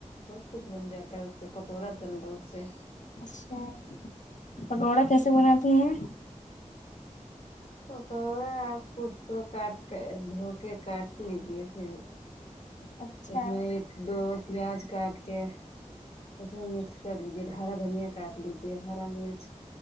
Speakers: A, on the left; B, on the left.
A: بہت کچھ بن جاتا ہے اس سے پکوڑا تل دو اس سے
B: اچھا پکوڑا کیسے بناتی ہیں
A: پکوڑا آپ اس کو کاٹ کے دھو کے کاٹ لیجیے پھر
B: اچھا
A: اس میں ایک دو پیاز کاٹ کے اس میں مکس کر لیجے ہارا دھنیا کاٹ لیجیے ہرا مرچ